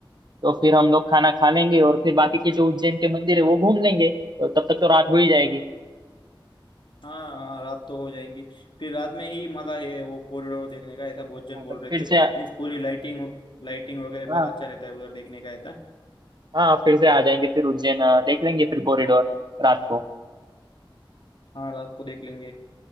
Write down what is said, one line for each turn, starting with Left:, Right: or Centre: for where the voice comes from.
Right: तो फिर हम लोग खाना खा लेंगे और फिर बाकी के जो उज्जैन के मंदिर है वो घूम लेंगे तो तब तक तो रात हो ही जाएगी
Left: हाँ हाँ रात तो हो जाएंगी फिर रात में ही मजा है वो कॉरिडोर देखने का ऐसा बहुत जन
Right: हाँ,
Left: बोल
Right: तो
Left: रहे
Right: फिर से
Left: थे मीन्स पूरी लाइटिंग लाइटिंग वगैरह बहुत
Right: हाँ
Left: अच्छा रहता है उधर देखने का ऐसा
Right: हाँ फिर से आ जाएंगे फिर उज्जैन अ, देख लेंगे फिर कॉरिडोर रात को
Left: हाँ रात को देख लेंगे